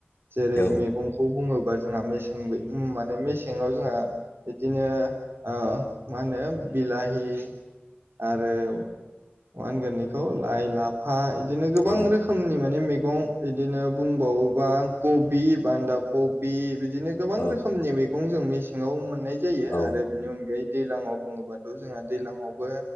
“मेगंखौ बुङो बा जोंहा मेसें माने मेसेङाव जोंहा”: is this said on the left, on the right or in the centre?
Right